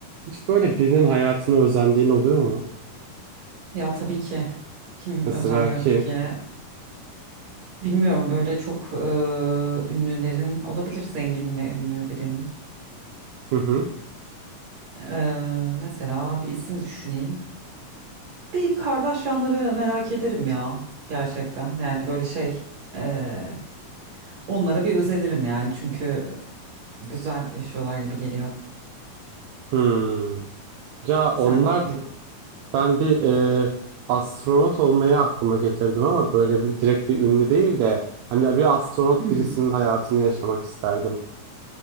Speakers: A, on the right; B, on the right.
A: Hiç böyle birinin hayatını özendiğin oluyor mu?
B: Ya tabii ki kim
A: Mesela
B: özenmiyordur
A: kim?
B: ki? Bilmiyorum böyle çok e, ünlülerin olabilir zengin ve ünlü birinin.
A: Hı hı.
B: E, mesela bir isim düşüneyim. Bir Kardashianları merak ederim ya gerçekten. Yani böyle şey e, onlara bir özenirim yani çünkü güzel yaşıyorlar gibi geliyor.
A: Hmm. Ya onlar
B: Sen ne?
A: ben bir e, astronot olmayı aklıma getirdim ama böyle bir, direkt bir ünlü değil de hani bir astronot
B: Hmm.
A: birisinin hayatını yaşamak isterdim.